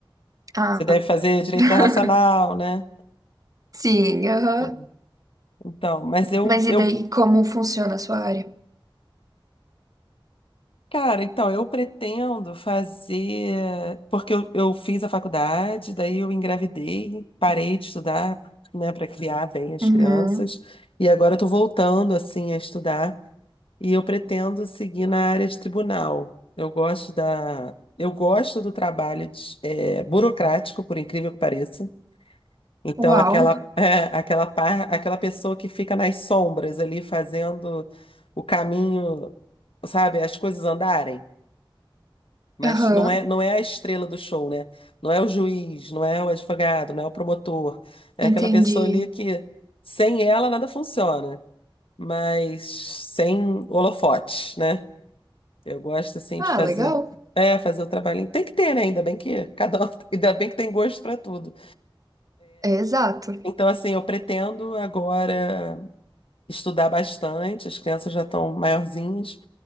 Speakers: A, on the right; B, on the left.
A: Ah,
B: Você deve fazer direito
A: <laughs>
B: internacional, né?
A: sim, aham.
B: Ah, Então, mas eu,
A: Mas
B: eu
A: e daí, como funciona a sua área?
B: Cara, então, eu pretendo fazer. Porque eu, eu fiz a faculdade, daí eu engravidei, parei de estudar, né, para criar bem as
A: Uhum.
B: crianças, e agora eu tô voltando, assim, a estudar, e eu pretendo seguir na área de tribunal. Eu gosto da. Eu gosto do trabalho de- é, burocrático, por incrível que pareça. Então,
A: Uau.
B: aquela, <laughs> é, aquela, par, aquela pessoa que fica nas sombras ali fazendo o caminho, sabe, as coisas andarem. Mas
A: Aham.
B: não é, não é a estrela do show, né? Não é o juiz, não é o advogado, não é o promotor. É
A: Entendi.
B: aquela pessoa ali que sem ela nada funciona, mas sem holofotes, né? Eu gosto assim
A: Ah,
B: de fazer,
A: legal.
B: é, fazer o trabalhinho. Tem que ter, né? Ainda bem que cada um, <laughs> ainda bem que tem gosto para tudo.
A: É exato.
B: Então assim, eu pretendo agora estudar bastante, as crianças já estão maiorzinhas,